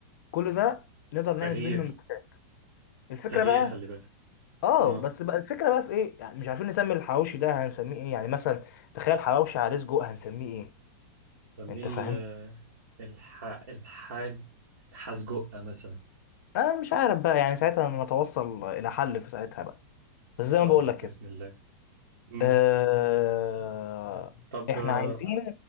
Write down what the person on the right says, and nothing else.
تغيير
تغيير
خلي بالك
اه
بميل
آه، الح... الحاج حسجقة مثلا
ان
شاء
الله
باذن
الله امم
طب
آه،